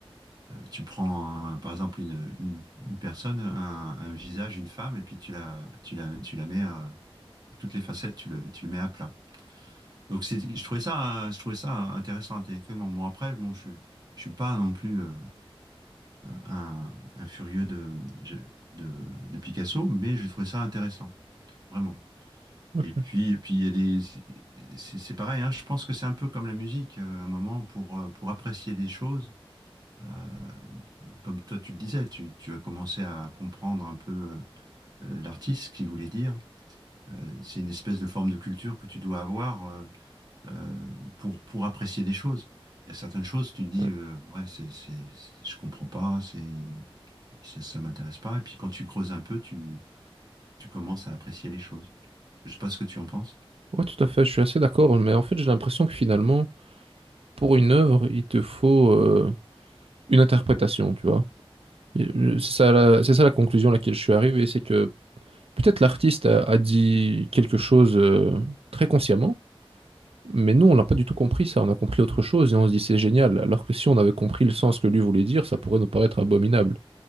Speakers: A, on the right; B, on the right.
A: Tu prends, un- par exemple, une, une, une personne, un, un visage, une femme, et puis tu la, tu la, tu la mets, à- toutes les facettes, tu le, tu le mets à plat. Donc, c'est, je trouvais ça, euh, je trouvais ça intéressant intellectuellement. Bon, après, bon, je, je suis pas non plus euh, un, un furieux de, je- de, de Picasso, mais je trouvais ça intéressant, vraiment.
B: Ok.
A: Et puis, et puis il y a des, c'est c'est pareil, hein, je pense que c'est un peu comme la musique, euh, à un moment, pour, euh, pour apprécier des choses Euh, comme toi, tu le disais, tu, tu as commencé à comprendre un peu euh, l'artiste, ce qu'il voulait dire. Euh, c'est une espèce de forme de culture que tu dois avoir euh, euh, pour, pour apprécier des choses. Il y a certaines choses, tu te dis,
B: Ouais.
A: euh, ouais, c'est, c'est, c'est- je comprends pas, c'est, ça, ça m'intéresse pas. Et puis quand tu creuses un peu, tu, tu commences à apprécier les choses. Je sais pas ce que tu en penses.
B: Ouais, tout à fait. Je suis assez d'accord. Mais en fait, j'ai l'impression que finalement, pour une œuvre, il te faut euh, une interprétation, tu vois. Et, euh, C'est ça la, c'est ça la conclusion à laquelle je suis arrivé. C'est que Peut-être l'artiste a, a dit quelque chose euh, très consciemment, mais nous, on n'a pas du tout compris ça. On a compris autre chose et on se dit c'est génial. Alors que si on avait compris le sens que lui voulait dire, ça pourrait nous paraître abominable.